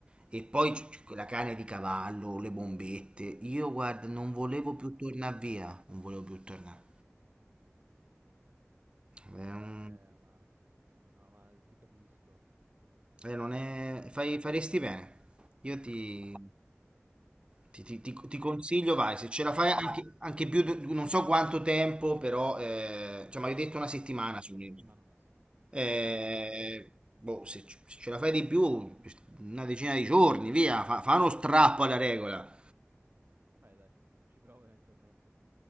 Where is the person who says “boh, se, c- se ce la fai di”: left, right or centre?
Right